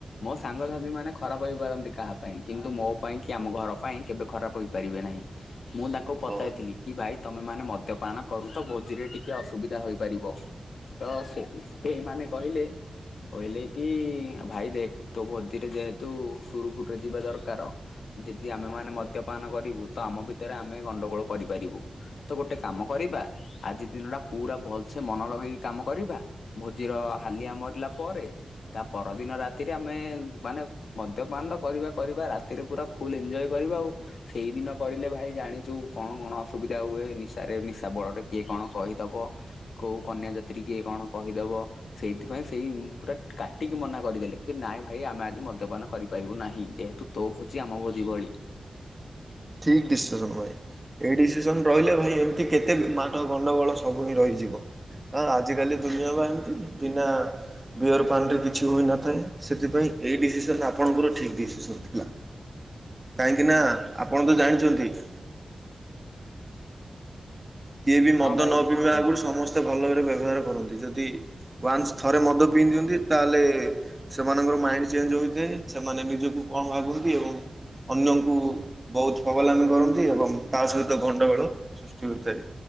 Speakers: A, on the left; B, on the right.
A: ମୋ ସାଙ୍ଗସାଥି ମାନେ ଖରାପ ହେପାରନ୍ତି କାହା ପାଇଁ କିନ୍ତୁ ମୋ ପାଇଁ କି ଆମ ଘର ପାଇଁ କେବେ ଖରାପ ହେପାରିବେ ନାହିଁ ମୁଁ ତା କୁ ପଚାଇଥିଲି
B: ହଉ।
A: କି ଭାଇ ତମେ ମାନେ ମଦ୍ୟପାନ କରୁଛ ଭୋଜିରେ ଟିକେ ଅସୁବିଧା ହୋଇପାରିବ। ତ ସେଇ ସେଇମାନେ କହିଲେ କହିଲେ କି ଭାଇ ଦେଖ୍ ତୋ ଭୋଜିରେ ଯେହେତୁ ସୁରୁଖୁରୁରେ ଯିବା ଦରକାର। ଯଦି ଆମେମାନେ ମଦ୍ୟପାନ କରିବୁ ତ ଆମ ଭିତରେ ଆମେ ଗଣ୍ଡଗୋଳ କରିପାରିବୁ। ତ ଗୋଟେ କାମ କରିବା ଆଜି ଦିନଟା ପୁରା ଭଲସେ ମନ ଲଗେଇ କାମ କରିବା। ଭୋଜିର ହାଲିଆ ମରିଲା ପରେ ତା ପରଦିନ ରାତିରେ ଆମେ ମାନେ ମଦ୍ୟପାନ ତ କରିବା କରିବା ରାତିରେ ପୁରା ଫୁଲ ଏଞଜୟ କରିବା ଆଉ। ସେଇଦିନ କହିଲେ ଭାଇ ଜାଣିଛୁ କଣ କଣ ଅସୁବିଧା ହୁଏ। ନିଶାରେ ନିଶା ବଳରେ କିଏ କଣ କହିଦବ। କୋଉ କନ୍ୟାଯାତ୍ରୀ କିଏ କଣ କହିଦବ। ସେଇଥିପାଇଁ ସେଇ ପୁରା କାଟିକି ମନା କରିଦେଲେ କି ନାଇଁ ଭାଇ ଆମେ ଆଜି ମଦ୍ୟପାନ କରିପାରିବୁ ନାହିଁ ଯେହେତୁ ତୋ ଭୋଜି ଆମ ଭୋଜି ଭଳି। <unintelligible>
B: ଠିକ୍ ଡିସିସନ ଭାଇ ଏଇ ଡିସିସନ ରହିଲେ ଭାଇ ଏମିତି କେତେ ମାଡ଼ ଗଣ୍ଡଗୋଳ ସବୁ ହିଁ ରହିଯିବ। ଅଁ ଆଜିକାଲି ଦୁନିଆ ବା ଏମିତି। ବିନା ବିୟର ପାନରେ କିଛି ହୋଇନଥାଏ ସେଥିପାଇଁ ଏଇ ଡିସିସନ ଆପଣଙ୍କର ଠିକ୍ ଡିସିସନ ଥିଲା। କାଇଁକିନା ଆପଣ ତ ଜାଣିଛନ୍ତି। <unintelligible> କିଏ ବି ମଦ
A: ହଁ ଭାଇ
B: ନ
A: କୁହନ୍ତୁ।
B: ପିଇବା ଆଗରୁ ସମସ୍ତେ ଭଲ ଭାବରେ ବ୍ୟବହାର କରନ୍ତି। ଯଦି ୱାନ୍ସ ଥରେ ମଦ ପିଇ ଦିଅନ୍ତି। ତାହେଲେ ସେମାନଙ୍କର ମାଇଣ୍ଡ ଚେଞ୍ଜ ହେଇଯାଏ। ସେମାନେ ନିଜକୁ କଣ ଭାବନ୍ତି ଏବଂ ଅନ୍ୟଙ୍କୁ ବହୁତ ପଗଲାମି କରନ୍ତି ଏବଂ ତା ସହିତ ଗଣ୍ଡଗୋଳ ସୃଷ୍ଟି ହୋଇଥାଏ।